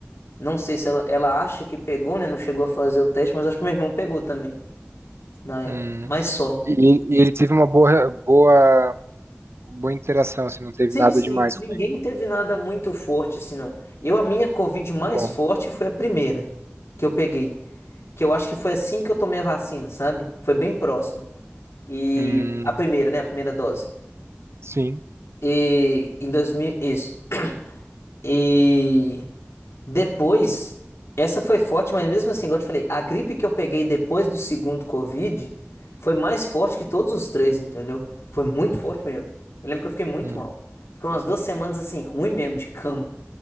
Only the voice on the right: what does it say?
Hum.
E, e ele teve uma boa, boa boa interação, assim, não teve
nada
demais
com ele.
Bom,
hum,
sim.
hum.